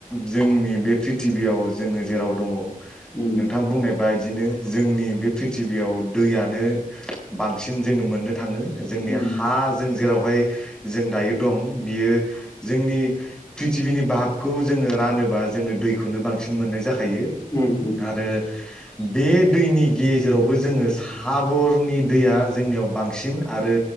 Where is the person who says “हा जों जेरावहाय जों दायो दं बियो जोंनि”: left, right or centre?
Centre